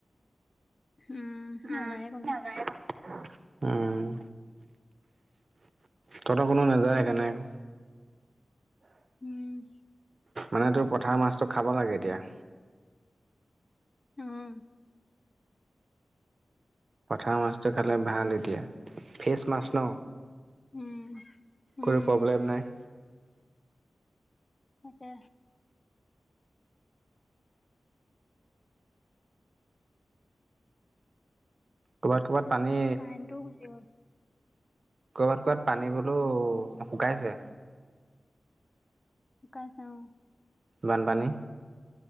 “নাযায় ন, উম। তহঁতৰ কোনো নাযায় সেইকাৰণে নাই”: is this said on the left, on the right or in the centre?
Right